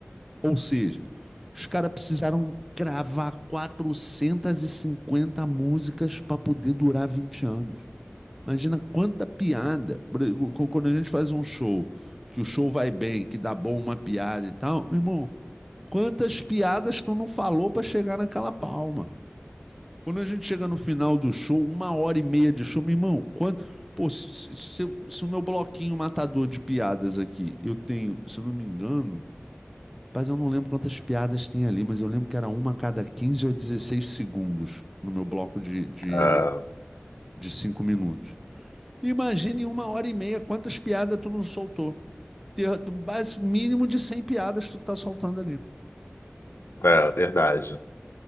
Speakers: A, in the centre; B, on the left.
A: Ou seja, os caras precisaram gravar 450 músicas para poder durar 20 anos. Imagina quanta piada. Quando a gente faz um show, que o show vai bem, que dá bom uma piada e tal, meu irmão, quantas piadas tu não falou para chegar naquela palma? Quando a gente chega no final do show, uma hora e meia de show, meu irmão, quanto. Pô, se- se- se o meu bloquinho matador de piadas aqui, eu tenho, se eu não me engano, mas eu não lembro quantas piadas tem ali, mas eu lembro que era uma a cada 15 ou 16 segundos no meu bloco de, de,
B: É,
A: de 5 minutos. Imagine em uma hora e meia quantas piadas tu não soltou. Ter- tu- bas- Mínimo de cem piadas tu tá soltando ali.
B: é verdade.